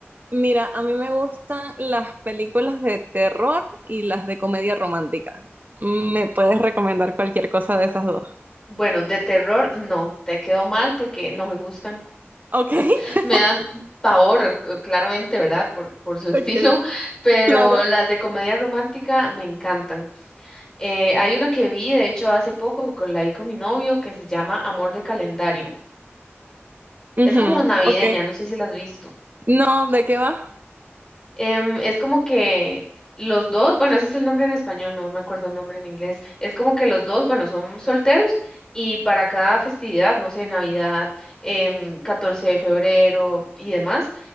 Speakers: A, on the right; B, on the left.
A: Mira, a mí me gustan las películas de terror y las de comedia romántica. Mm, ¿Me puedes recomendar cualquier cosa de esas dos?
B: Bueno, de terror, no, te quedó mal porque no me gustan.
A: Ok, <laughs>
B: <laughs> Me dan pavor, c- claramente, ¿verdad? Por, por su <laughs> estilo,
A: ok,
B: pero
A: claro.
B: las de comedia romántica me encantan. Eh, hay una que vi, de hecho, hace poco, con, la vi con mi novio, que se llama Amor de Calendario.
A: Ujú,
B: Es como navideña,
A: ok.
B: no sé si la has visto.
A: No, ¿de qué va?
B: Em, es como que los dos, bueno, ese es el nombre en español, no me acuerdo el nombre en inglés. Es como que los dos, bueno, son solteros y para cada festividad, no sé, Navidad, em, 14 de febrero y demás,